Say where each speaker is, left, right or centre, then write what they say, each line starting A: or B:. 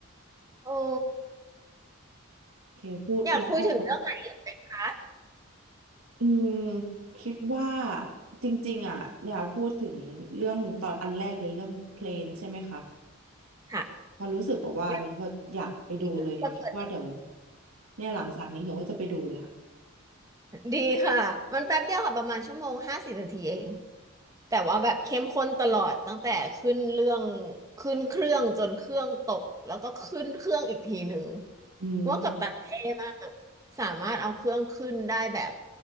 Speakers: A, on the right (about 15°); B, on the right (about 80°).
A: โอ้
B: โอเคพูดแล้วก็
A: อยากคุยถึงเรื่องไหนอีกไหมคะ
B: อืมคิดว่าจริงๆอ่ะเนี่ยพูดถึงเรื่องตอนอันแรกเลยเรื่องเพลนใช่ไหมคะ
A: ค่ะ
B: พอรู้สึกแบบว่าเนี่ยแบบอยากไปดูเลยคิดว่าเดี๋ยว
A: อยากคุย
B: เนี่ยหลังจากนี้เดี๋ยวว่าจะไปดูเลยค่ะ
A: ดีค่ะ มันแป๊บเดียวค่ะประมาณชั่วโมงห้าสิบนาทีเองแต่ว่าแบบเข้มข้นตลอดตั้งแต่ขึ้นเรื่องขึ้นเครื่องจนเครื่องตกแล้วก็ขึ้นเครื่องอีกทีหนึ่ง
B: อืม
A: เพราะว่ากัปตันเท่มากสามารถเอาเครื่องขึ้นได้แบบ